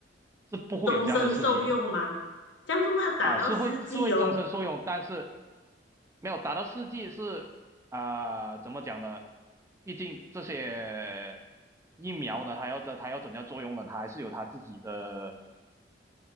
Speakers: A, on the right; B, on the left.
A: 是不会有这样的事情。
B: 终身受用吗？这样就没有打到四季哦。
A: 啊，是会是会终身受用，但是没有达到四 G 是啊、怎么讲呢？毕竟这些疫苗呢，它要它要怎样作用呢？它还是有它自己的